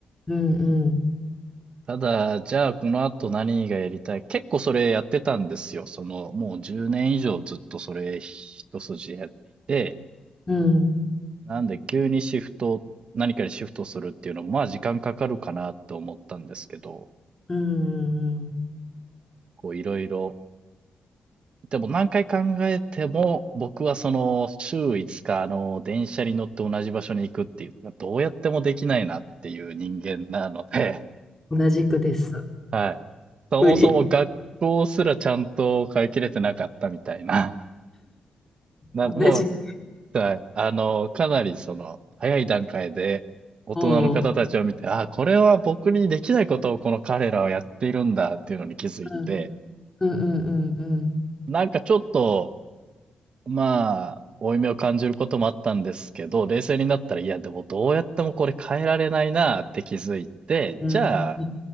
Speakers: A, on the left; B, on the right.
A: うん、
B: ただ、じゃあこの後何がやりたい結構それやってたんですよ。その、もう10年以上ずっとそれ一筋やっていて、
A: うん、
B: なんで急にシフト、何かにシフトするっていうのも、まあ時間かかるかなと思ったんですけど、
A: うん、うん
B: こういろいろでも何回考えても、僕はその週5日、あの、電車に乗って同じ場所に行くっていうのがどうやってもできないなっていう人間なので、
A: 同じくです。
B: <laughs> はい。そもそも学校すらちゃんと通い切れてなかったみたいな。
A: 無理。
B: <laughs> な、
A: 同じ。
B: もう、はい。あの、かなりその、早い段階で大人の方たちを見て、
A: おー
B: ああ、これは僕にできないことをこの彼らはやっているんだっていうのに気づいて、
A: うん、うん、うん、うん、
B: なんかちょっと、まあ、負い目を感じることもあったんですけど、冷静になったら、いや、でもどうやってもこれ変えられないなって気づいて、
A: うん、
B: じゃあ、
A: うん、